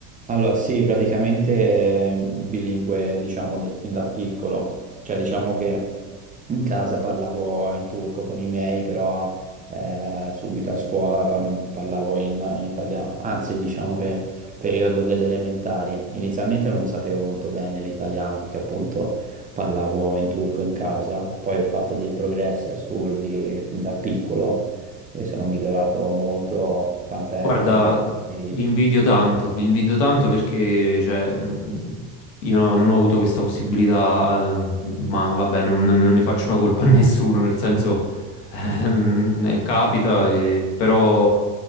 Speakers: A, on the right; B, on the left.
A: Allora, sì, praticamente eh, bilingue, diciamo, da- fin da piccolo. Cioè, diciamo che in casa parlavo in turco con i miei, però eh, subito a scuola pa- parlavo in, in italiano. Anzi, diciamo che periodo delle elementari. Inizialmente non sapevo molto bene l'italiano, perché appunto parlavo in turco in casa. Poi ho fatto dei progressi assurdi fin da piccolo e sono migliorato molto, tant'è...
B: Guarda,
A: tant'è... che-
B: vi invidio tanto, vi invidio tanto perché cioè, mh, io non ho avuto questa possibilità, mh, ma vabbè, non, non- non ne faccio una colpa a nessuno, nel senso
A: <laughs>
B: <laughs> eh, capita, e- però